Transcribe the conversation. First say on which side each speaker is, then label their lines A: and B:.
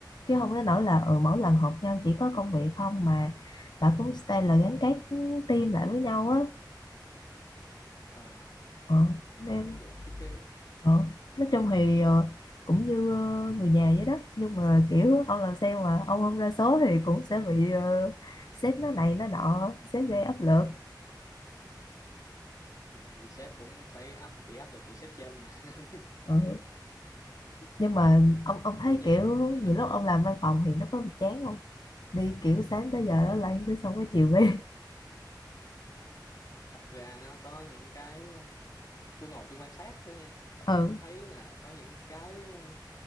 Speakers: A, on the left; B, on the left.
A: chứ không tới nỗi là ừ, mỗi lần họp nhau chỉ có công việc không mà bà cũng stay là gắn kết team lại với nhau á
B: ờ
A: ờ,
B: vậy
A: nên
B: thì cũng được cái chứ
A: ờ. nói chung thì ờ, cũng như ờ, người nhà vậy đó nhưng mà kiểu ông làm sale mà ông không ra số thì cũng sẽ bị ờ, sếp nó này nó nọ sếp gây áp lực
B: thì thì sếp cũng phải áp bị áp lực từ sếp trên mà <laughs>
A: ừ. nhưng mà ông ông
B: ủa
A: thấy
B: nhưng
A: kiểu
B: ừ,
A: nhiều lúc ông làm văn phòng thì nó có bị chán không đi kiểu sáng tới giờ đó lại cứ xong cái chiều về
B: thật ra nó có những cái ờ, tôi ngồi tôi quan sát thôi nha
A: <laughs> ừ
B: tôi thấy là có những cái ờ,